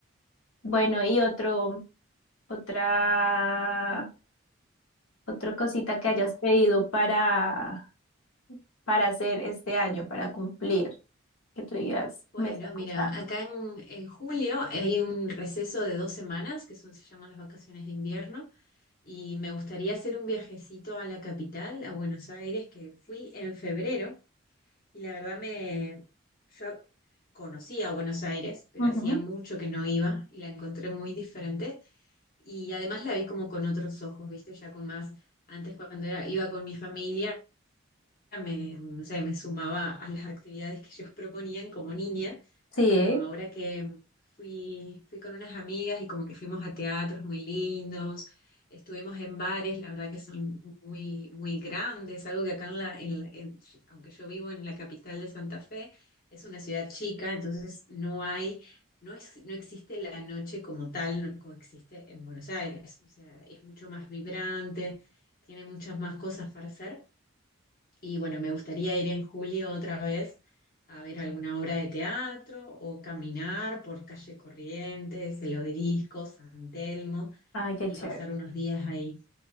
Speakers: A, on the left; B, on the left.
A: Bueno, y otro. Otra, otra cosita que
B: ¿Meta?
A: hayas pedido para, para hacer este año, para cumplir, que tú digas,
B: Bueno,
A: me está costando.
B: mira, acá en, en julio hay un receso de dos semanas, que son, se llaman las vacaciones de invierno, y me gustaría hacer un viajecito a la capital, a Buenos Aires, que fui en febrero, y la verdad me, yo conocía a Buenos Aires, pero
A: Ujú.
B: hacía mucho que no iba y la encontré muy diferente. Y además la vi como con otros ojos, ¿viste? Ya con más, antes cuando era, iba con mi familia, me, no sé, me sumaba a las actividades que ellos proponían como niña,
A: Sí,
B: pero ahora que fui, fui con unas amigas y como que fuimos a teatros muy lindos, estuvimos en bares, la verdad que son muy, muy grandes, algo que acá en la, en la- en- aunque yo vivo en la capital de Santa Fe, es una ciudad chica, entonces no hay... No es, no existe la noche como tal, no coexiste en Buenos Aires. O sea, es mucho más vibrante, tiene muchas más cosas para hacer. Y bueno, me gustaría ir en julio otra vez a ver alguna obra de teatro o caminar por calle Corrientes, el Obelisco, San Telmo
A: ay, qué
B: y
A: chévere.
B: pasar unos días ahí.